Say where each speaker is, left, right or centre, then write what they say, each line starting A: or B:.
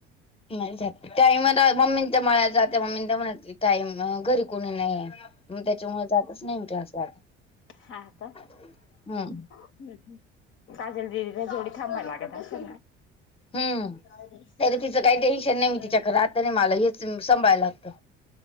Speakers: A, on the left; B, on the left.
A: नाही जात ताई मला मम्मीच्या मळ्यात जाते मम्मीच्या <unintelligible> टईम घरी कुणी नाही म त्याच्यामुळे जातच नाही मी क्लासला.
B: हा का
A: हम्म.
B: काजल दिदीला जोडी थांबन वाटत असेल ना.
A: हम्
B: सॉरी सॉरी
A: तरी तिचं काही टेन्शन नाही
B: सॉरी.
A: मी तिच्याकडे आता नाही मला हेच सांभाळायला लागतं.